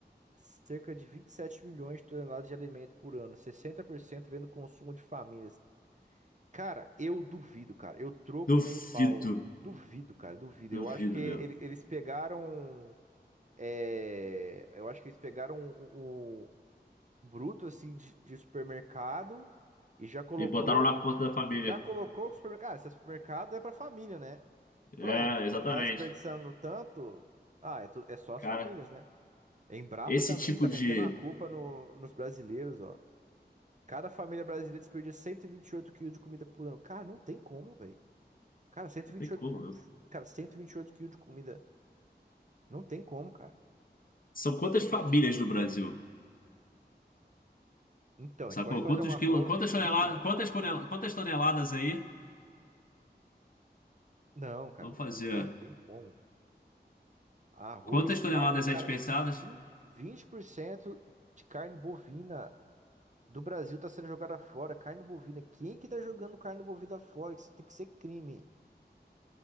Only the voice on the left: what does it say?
Duvido,
duvido,
meu.
E botaram na conta da família.
É,
exatamente.
Cara.
Esse
tipo
de.
Não tem
como, não.
São quantas famílias no Brasil?
Sacou?
Quantos
quilos
quantas
toneladas... Quantas, conel- quantas toneladas aí?
Vamos fazer.
Quantas
toneladas
é desperdiçadas